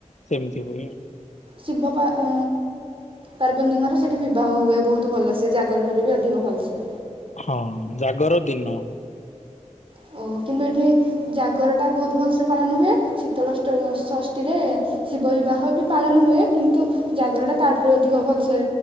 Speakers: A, on the left; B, on the right.
A: ସେମିତି ହୁଏ
B: ଶୀବ ପାଆଁ ପାର୍ବନୀଙ୍କର ସେଠି ବିବାହ ହୁଏ ବହୁତ ଭଲସେ ସେ ଜାଗର ଠାରୁ ବି ଅଧିକ ଭଲ୍ ସେ।
A: ହଁ ଅଁ ଜାଗର ଦିନ।
B: ଓ କିନ୍ତୁ ଏଠି ଜାଗର ଟା ବହୁତ ଭଲସ ପାଳନ ହୁଏ ଶୀତଳ ଅଷ୍ଟ ଷଷ୍ଠୀରେ ଶିବ ବିବାହ ବି ପାଳନ ହୁଏ କିନ୍ତୁ ଜାଗରଟା ତାଠୁର୍ ଅଧିକ ଭଲସେ